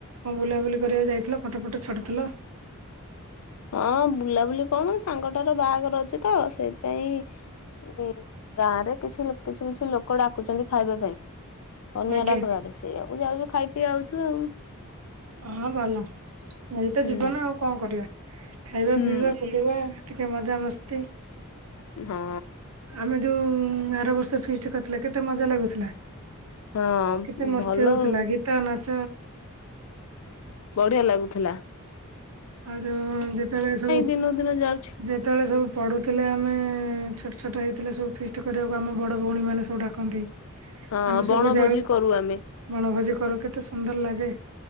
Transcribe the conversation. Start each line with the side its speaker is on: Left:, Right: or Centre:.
Right: କଣ ବୁଲାବୁଲି କରିବାକୁ ଯାଇ ଫଟ ଫଟ ଛାଡୁଥିଲ?
Left: ହଁ ବୁଲାବୁଲି କଣ ସାଙ୍ଗଟାର ବାହାଘର ଅଛି ତ, ସେଇଥିପାଇଁ ଉ ଗାଁ ରେ କିଛି କିଛି କିଛି ଲୋକ ଡାକୁଛନ୍ତି ଖାଇବା ପାଇଁ। କନ୍ୟାଡାକରାରେ
Right: ଆଜ୍ଞା
Left: ସେଇଆକୁ ଯାଉଛି ଖାଇ ପିଇ ଆଉଛୁ ଆଉ
Right: ହଁ ଭଲ ଏଇ ତ
Left: ହୁଁ।
Right: ଜୀବନ ଆଉ କଣ କରିବା? ଖାଇବା,
Left: ହୁଁ।
Right: ପିଇବା, ବୁଲିବା। ଟିକେ ମଜା ମସ୍ତି।
Left: ହଁ।
Right: ଆମେ ଯୋଉ ଆର ବର୍ଷ ଫିଷ୍ଟ କରିଥିଲେ। କେତେ ମଜା ଲାଗୁଥିଲା?
Left: ହଁ
Right: କେତେ ମସ୍ତି
Left: ଭଲ
Right: ହଉଥିଲା
Left: ଆଉ
Right: ଗୀତ ନାଚ
Left: ବଢିଆ ଲାଗୁଥିଲା। ତା।
Right: ଆଉ ଯୋଉ ଯେତେବେଳେ ସବୁ
Left: ଦିନକୁ ଦିନ ଯାଉଛି
Right: ଯେତେବେଳେ ସବୁ ପଢୁଥିଲେ ଆମେ ଛୋଟ ଛୋଟ ହେଇଥିଲେ। ସବୁ ଫିଷ୍ଟ କରିବାକୁ ଆମ ବଡ଼ ଭଉଣୀମାନେ ସବୁ ଡାକୁ ଡାକନ୍ତି।
Left: ହଁ
Right: ଆମେ
Left: ବଣଭୋଜି
Right: ସବୁ ଯାଉ
Left: କରୁ ଆମେ।
Right: ବଣଭୋଜି କ କରୁ କେତେ ସୁନ୍ଦର ଲାଗେ।